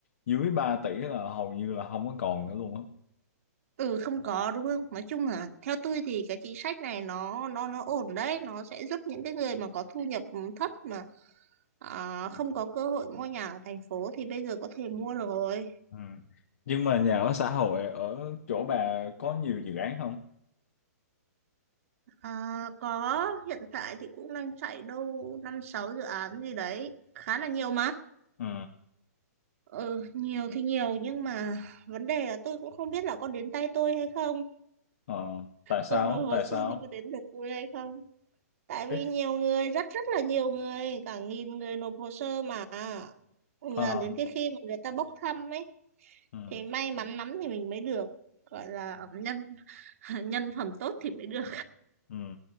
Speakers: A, on the left; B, on the right.
A: dưới 3 tỷ là hầu như là không có còn nữa luôn á
B: ừ không có đúng không nói chung là theo tôi thì cái chính sách này nó nó nó ổn đấy nó sẽ giúp những cái người mà có thu nhập thấp mà à, không có cơ hội mua nhà ở thành phố thì bây giờ có thể mua được rồi
A: Ừ. Nhưng mà nhà ở xã hội ở chỗ bà có nhiều dự án không?
B: À, có hiện tại thì cũng đang chạy đâu năm sáu dự án gì đấy khá là nhiều mà
A: Ừ.
B: ừ, nhiều thì nhiều nhưng mà vấn đề là tôi cũng không biết là có đến tay tôi hay không
A: Ờ. Tại sao?
B: tôi nộp hồ
A: Tại sao?
B: sơ thì có đến được tôi hay không tại vì
A: Ít.
B: nhiều người rất rất là nhiều người cả nghìn người nộp hồ sơ mà mà
A: Ờ.
B: đến cái khi mà người ta bốc thăm ấy
A: Ừ.
B: thì may mắn lắm thì mình mới được gọi là nhân <laughs> nhân phẩm tốt thì mới được
A: Ừ.